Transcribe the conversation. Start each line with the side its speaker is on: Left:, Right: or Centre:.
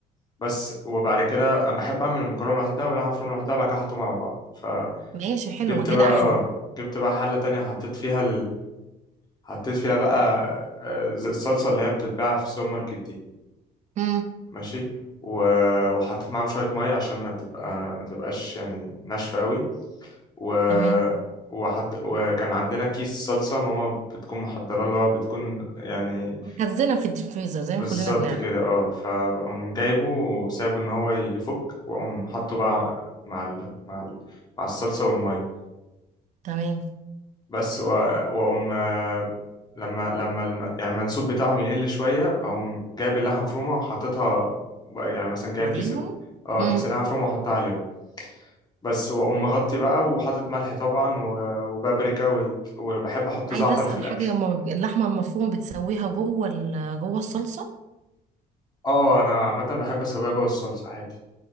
Left: بس وبعد كده انا بحب اعمل المكرونه لوحدها واللحمه مفرومه لوحدها بعد كده احطهم على بعض فجبت
Right: ماشي حلو ما كده
Left: بقى
Right: احلى
Left: اه جبت بقى حله تانية حطيت فيها حطيت فيها بقى آه، ز- الصلصة اللي هي بتتباع في السوبر ماركت دي
Right: مم.
Left: ماشي و- وحطيت معاهم شوية مية عشان ما تبقى ما تبقاش يعني ناشفة قوي و...
Right: تمام
Left: وحط... وكان عندنا كيس صلصة ماما بتكون محضرة اللي هو بتكون يعني
Right: مخزنة في الديب فريزر زي
Left: بالظبط
Right: ما كلنا بنعمل
Left: كده اه فبقوم جايبه وسايبه ان هو يفك واقوم حاطه بقى مع ال... مع ال... مع الصلصة والمية
Right: تمام
Left: بس و- واقوم آه، لما لما الم- يعني المنسوب بتاعهم يقل شويه اقوم جايب اللحمه مفرومه وحاططها يعني مثلا جايب
Right: عليهم
Left: كيس ال- اه
Right: امم
Left: كيس اللحمه مفرومه وحطها عليهم بس واقوم مغطي بقى وحاطط ملح طبعا و- وبابريكا وال... وبحب احط
Right: عايزه
Left: زعتر
Right: اسال
Left: في الاكل
Right: حاجه هما اللحمه المفرومه بتسويها جوه ال- جوه الصلصه
Left: اه انا عامه بحب اسويها جوه الصلصه عادي